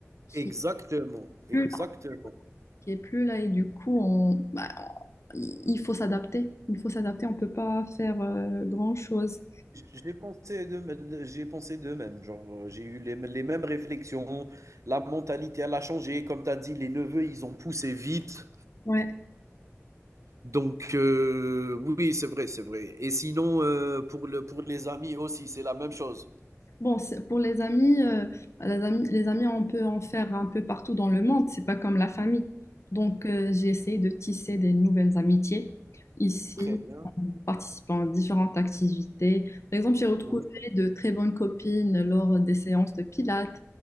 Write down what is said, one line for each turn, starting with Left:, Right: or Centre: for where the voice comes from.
Left: qui
Right: Exactement,
Left: est plus
Right: exactement.
Left: là, qui est plus là. Et du coup, on, bah, il il faut s'adapter. Il faut s'adapter, on peut pas faire euh, grand-chose.
Right: J'ai pensé de, j'ai pensé de même, genre euh, j'ai eu les, les mêmes réflexions, la mentalité elle a changé, comme tu as dit, les neveux ils ont poussé vite,
Left: Ouais.
Right: donc euh, oui c'est vrai, c'est vrai. Et sinon euh, pour le, pour les amis aussi c'est la même chose.
Left: Bon, c'est- pour les amis, euh, les amis, les amis, on peut en faire un peu partout dans le monde, c'est pas comme la famille. Donc, euh, j'ai essayé de tisser des nouvelles amitiés ici,
Right: Très bien,
Left: en participant à différentes activités. Par exemple, j'ai retrouvé
Right: oui,
Left: de très bonnes copines lors des séances de pilates.